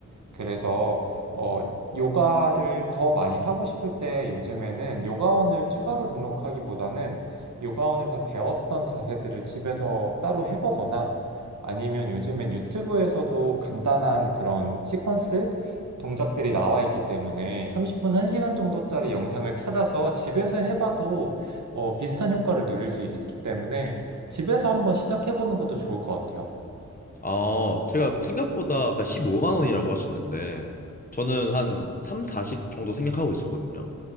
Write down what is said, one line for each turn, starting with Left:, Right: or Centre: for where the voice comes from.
Right: 그래서 어 요가를 더 많이 하고 싶을 때 요즘에는 요가원을 추가로 등록하기보다는 요가원에서 배웠던 자세들을 집에서 따로 해보거나 아니면 요즘엔 유튜브에서도 간단한 그런 시퀀스 동작들이 나와 있기 때문에 30분, 1시간 정도짜리 영상을 찾아서 집에서 해봐도 어, 비슷한 효과를 누릴 수 있기 때문에 집에서 한번 시작해보는 것도 좋을 것 같아요.
Left: 아, 제가 생각보다 아 15만 원이라고 하셨는데 저는 한 3, 40 정도 생각하고 있었거든요.